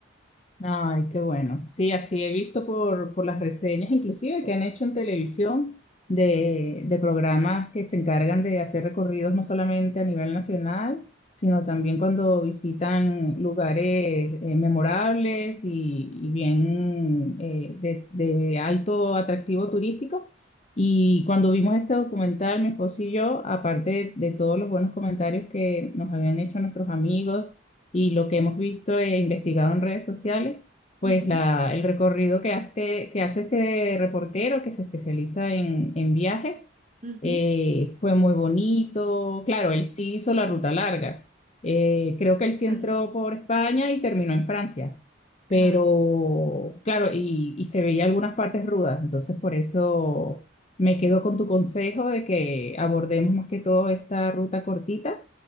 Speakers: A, on the left; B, on the right.
A: Ay, qué bueno. Sí, así he visto por, por las reseñas, inclusive que han hecho en televisión de, de programas que se encargan de hacer recorridos no solamente a nivel nacional, sino también cuando visitan lugares eh, memorables y, y bien eh, de, de alto atractivo turístico. Y cuando vimos este documental, mi esposo y yo, aparte de de todos los buenos comentarios que nos habían hecho nuestros amigos, y lo que hemos visto e investigado en redes sociales, pues
B: Ujú,
A: la, el recorrido que hace, que hace este reportero que se especializa en, en viajes
B: ujú,
A: eh, fue muy bonito. Claro, él sí hizo la ruta larga. Eh, creo que él sí
B: Claro,
A: entró por España y terminó en Francia.
B: claro,
A: Pero, claro, y, y se veía algunas partes rudas, entonces por eso me quedo con tu consejo de que abordemos más que todo esta ruta cortita